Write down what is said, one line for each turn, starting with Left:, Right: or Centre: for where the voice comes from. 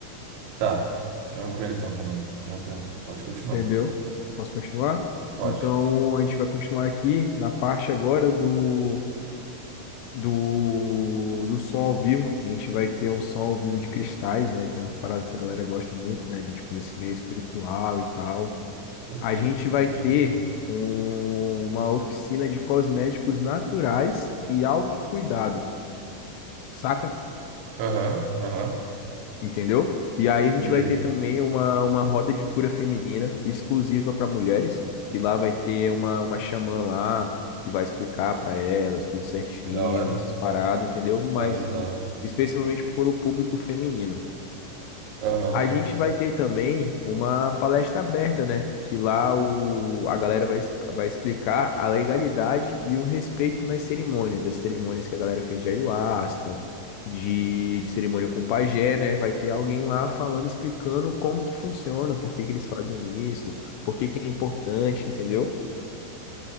Right: Tá, tranquilo então pra mim. Tranquilo, pode continuar.
Left: entendeu? Posso continuar?
Right: Pode.
Left: Então, a gente vai continuar aqui na parte agora do do, do som ao vivo. A gente vai ter um som ao vivo de cristais, né? Que é umas paradas que a galera gosta muito, né? De tipo desse meio espiritual e tal.
Right: Pô,
Left: A
Right: que legal.
Left: gente vai
Right: Legal.
Left: ter um- uma oficina de cosméticos naturais e autocuidado, saca?
Right: Aham, aham.
Left: entendeu? E aí a gente
Right: Entendi.
Left: vai ter também uma, uma roda de cura feminina exclusiva para mulheres, que lá vai ter uma, uma xamã lá que vai explicar para elas tudo certinho,
Right: Da hora,
Left: essas paradas, entendeu? Mas
Right: da hora, da hora.
Left: especialmente para o público feminino.
Right: Aham,
Left: A gente vai ter também uma palestra aberta, né? Que lá o, a galera vai, es- vai explicar a legalidade e o respeito nas cerimônias, das cerimônias que a galera fez de ayahuasca, de, de cerimônia com pajé, né? Vai ter alguém lá falando, explicando como que funciona, por que que eles fazem isso, por que que é importante, entendeu?